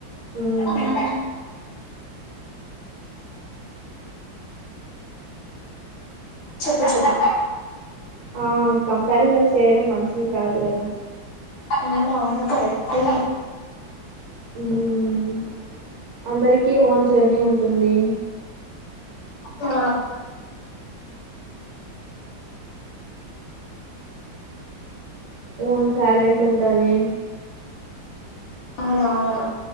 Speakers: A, on the right; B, on the left.
A: హ్మ్
B: ఊమ్ చెప్పు చెప్పు
A: ఆ కంపారిజన్ చేయడం మంచిది కాదు గద
B: ఔనను కరెక్టే
A: ఊమ్ అందరికీ ఓన్ జర్నీ ఉంటుంది
B: ఆ
A: ఓన్ టాలెంట్ ఉంటది
B: ఔనను